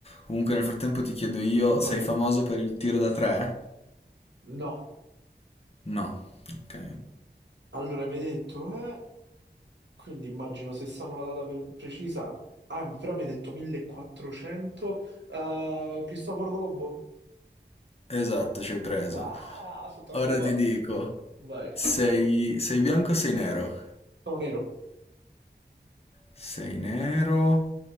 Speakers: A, on the left; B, on the right.
A: Comunque, nel frattempo ti chiedo io,
B: Vai.
A: sei famoso per il tiro da tre?
B: No,
A: No. Ok.
B: allora mi hai detto, eh? Quindi immagino se sanno la data per- precisa. Ah, però mi hai detto 1400. Eh, Cristoforo Colombo?
A: Esatto, ci hai preso.
B: Ah, sono troppo
A: Ora
B: forte.
A: ti dico,
B: Vai.
A: sei, sei bianco o sei nero?
B: Sono nero.
A: Sei nero.